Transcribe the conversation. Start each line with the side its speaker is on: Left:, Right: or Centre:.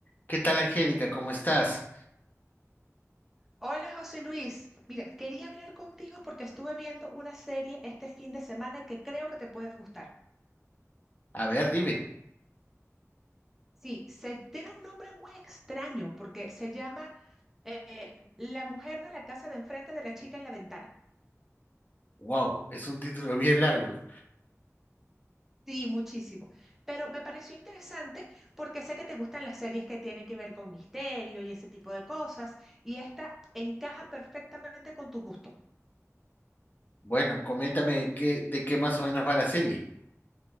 Left: ¿Qué tal, Angélica? ¿Cómo estás?
Centre: Hola José Luis, mira, quería hablar contigo porque estuve viendo una serie este fin de semana que creo que te puede gustar.
Left: A ver, dime.
Centre: Sí, se, tiene un nombre muy extraño porque se llama eh, La mujer de la casa de enfrente de la chica en la ventana.
Left: Wow, es un título <laughs> bien largo.
Centre: Sí, muchísimo. Pero me pareció interesante porque sé que te gustan las series que tienen que ver con misterio y ese tipo de cosas y esta encaja perfectamente con tu gusto.
Left: Bueno, coméntame qué, de qué más o menos va la serie.